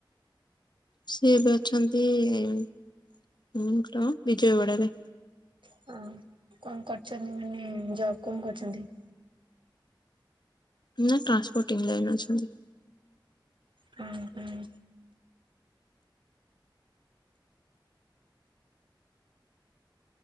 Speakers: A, on the left (about 60°); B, on the right (about 75°).
A: ସିଏ ଏବେ ଅଛନ୍ତି ଉଁ କ ବିଜୟବାଡା ରେ।
B: ଅ ହ। କଣ କରୁଛନ୍ତି ଜବ କଣ କରୁଛନ୍ତି?
A: ଇଏ ଟ୍ରାନ୍ସପୋର୍ଟିଂ ଲାଇନ୍ ଅଛନ୍ତି।
B: ହଁ ହୁଁ।